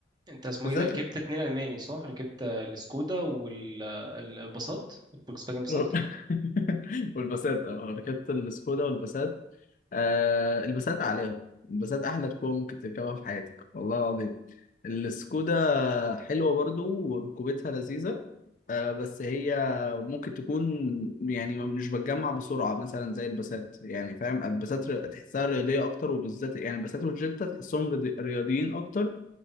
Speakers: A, on the right (about 25°); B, on the left (about 45°).
A: انت اسمه
B: بالذات
A: ايه ده ركبت اتنين الماني صح ركبت آه، السكودا والباصات الفولكس فاجن باصات
B: <laughs> والباسات اه ركبت السكودا والباسات آه البسات عليهم البسات احلى ركوبه ممكن تركبها في حياتك والله العظيم السكودا حلوه برضو وركوبتها لذيذه آه بس هي ممكن تكون يعني ما- مش بتجمع بسرعه مثلا زي البسات يعني فاهم البسات ر- تحسها رياضيه اكتر وبالذات يعني البسات والجيتا تحسهم رياضي- رياضيين اكتر